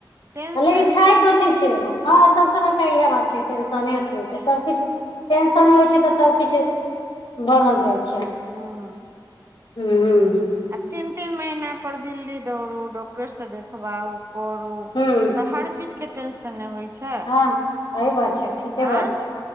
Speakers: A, on the right; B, on the left.
A: टेंशन
B: लेकिन खाय कथी छै हँ सबस बड़का इएह बात छै टेंशने <unintelligible> सबकिछु टेंशन होइ छै तऽ सबकिछु दबल जाइ छै
A: हँ
B: हूँ हूँ
A: आ तीन तीन महिना पर दिल्ली दौड़ू डॉक्टरसँ देखबाउ करु
B: हूं
A: तऽ हर चीज केँ टेंशन होइ छै
B: हँ सही बात छै ठीके
A: आँ
B: बात छै